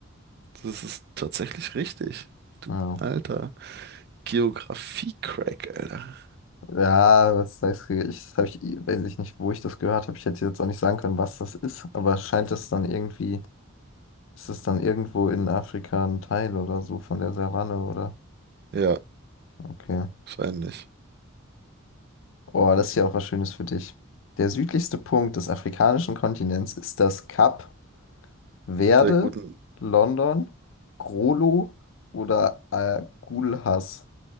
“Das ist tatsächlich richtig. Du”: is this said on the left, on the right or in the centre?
Right